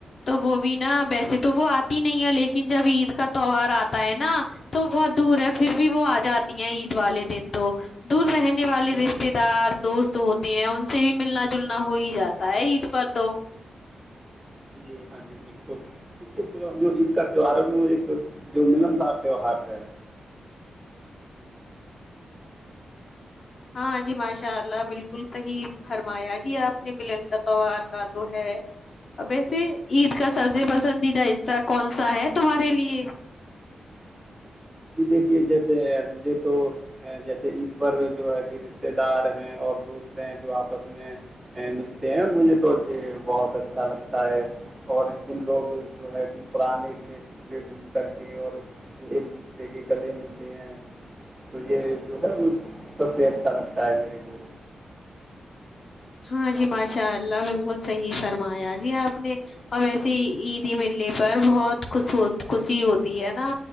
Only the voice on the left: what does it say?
تو وہ بھی نا ویسے تو وہ آتی نہیں ہے لیکن جب عید کا تہوار آتا ہے نا تو بہت دور ہے پھر بھی وہ آ جاتی ہے عید عید والے دن تو دور رہنے والے رشتے دار دوست ہوتے ہیں ان سے بھی ملنا جلنا ہو ہی جاتا ہے عید پر تو
ہاں جی ماشاء اللہ بالکل صحیح فرمایا جی آپ نے ملن کا تیوار کا تو ہے اور ویسے عید
کا سب سے پسندیدہ حصہ کون سا ہے تمہارے لیے
ہاں جی ماشاء اللہ بالکل صحیح فرمایا جی آپ نے اور ویسے عیدی ملنے پر بہت خوش ہو خوشی ہوتی ہے نا